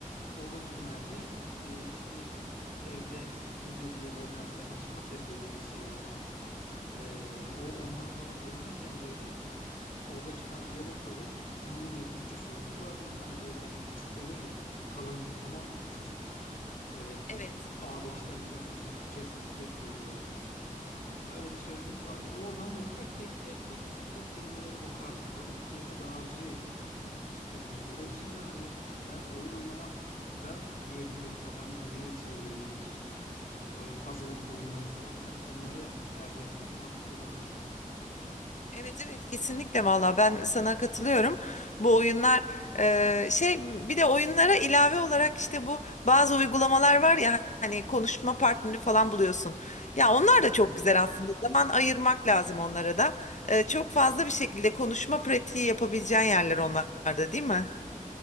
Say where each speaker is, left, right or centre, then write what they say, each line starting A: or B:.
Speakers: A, on the left; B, on the left.
A: O dönemlerde e, işte evde video game oynarken işte Atari dediğimiz şey yani Ee, o onları falan oynarken böyle orada çıkan diyalogları İngilizce Türkçe sözlük vardı bir tane böyle hani küçük olur ya kalın ama küçücük böyle
B: Evet.
A: A5'ten bile küçük cep cep boyutlarında öyle bir sözlük vardı oradan böyle tek tek tek tek tek tek kelimelere bakardım öyle bir kelime dağarcığı edindim Ee, dolayısıyla hani ben oyun oynamak da diyebilirim tabii hani İngilizceye yönelik e, böyle puzzling oyunları falan var. Onları tercih etmek mantıklı olabilir.
B: Evet evet kesinlikle valla ben sana katılıyorum. Bu oyunlar e, şey bir de oyunlara ilave olarak işte bu bazı uygulamalar var ya hani konuşma partneri falan buluyorsun. Ya onlar
A: Hmm,
B: da çok güzel aslında. Zaman ayırmak lazım onlara da. E, çok fazla bir şekilde konuşma pratiği yapabileceğin yerler onlarda değil mi?